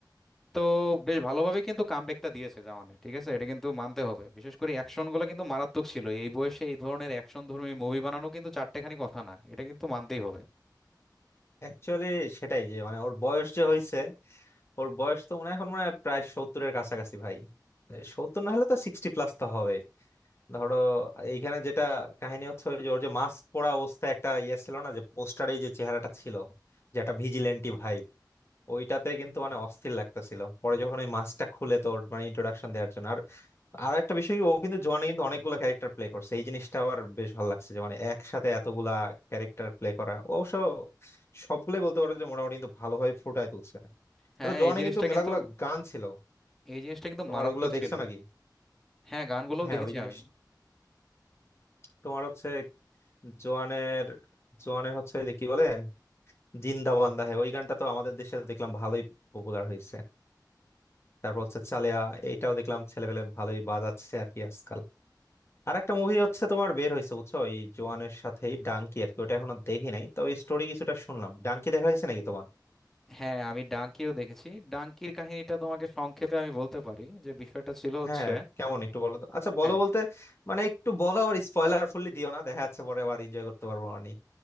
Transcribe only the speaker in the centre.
তো বেশ ভালোভাবে কিন্তু কামব্যাকটা দিয়েছে জামানে ঠিক আছে এটা কিন্তু মানতে হবে বিশেষ করে অ্যাকশন গুলো কিন্তু মারাত্মক ছিল এই বয়সে এই ধরনের অ্যাকশন ধর্মী মুভি বানানো কিন্তু চারটেখানি কথা না এটা কিন্তু মানতেই হবে
হ্যাঁ
এই জিনিসটা
কিন্তু
এই জিনিসটা কিন্তু
মারাত্মক
ছিল
হ্যাঁ গানগুলোও
দেখেছি
আমি
হ্যাঁ আমি ডাঙ্কিও দেখেছি ডাঙ্কির কাহিনীটা তোমাকে সংক্ষেপে আমি বলতে পারি যে বিষয়টা ছিল হচ্ছে
হ্যাঁ